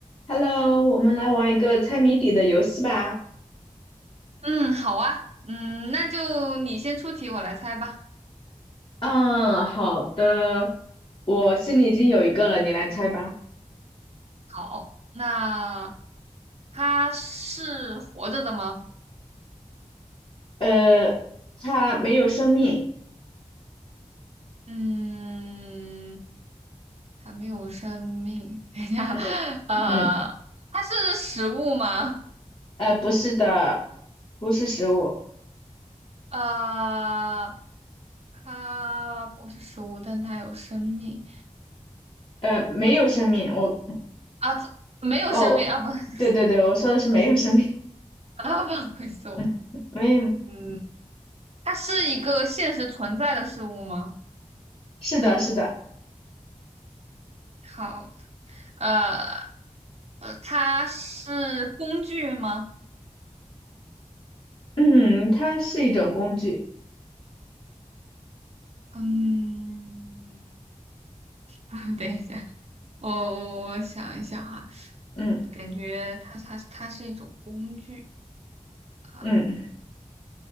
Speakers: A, on the left (about 45°); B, on the right (about 60°).
A: Hello，我们来玩一个猜谜底的游戏吧。
B: 嗯，好啊，嗯，那就你先出题，我来猜吧。
A: 嗯，好的，我心里已经有一个了，你来猜吧。
B: 好，那它是活着的吗？
A: 呃，它没有生命。
B: 嗯，它没有生命。<laughs> 等一下，
A: 嗯
B: 呃，
A: 嗯，
B: 它是食物吗？
A: 呃，不是的，不是食物，
B: 呃，它不是食物，但它有生命
A: 呃，没有生命。我
B: 啊，它没有生命啊，
A: 哦，
B: 不，<laughs>
A: 对对对，我说的是没有生命，
B: 啊，不好意思，我，
A: <laughs> 没有。
B: 嗯，它是一个现实存在的事物吗？
A: 是的，是的，
B: 好，呃呃，它是工具吗？
A: 嗯，它是一种工具。
B: 嗯嗯，<laughs> 等一下，我我我想一下哈，
A: 嗯
B: 感觉它它它是一种工具啊，
A: 嗯，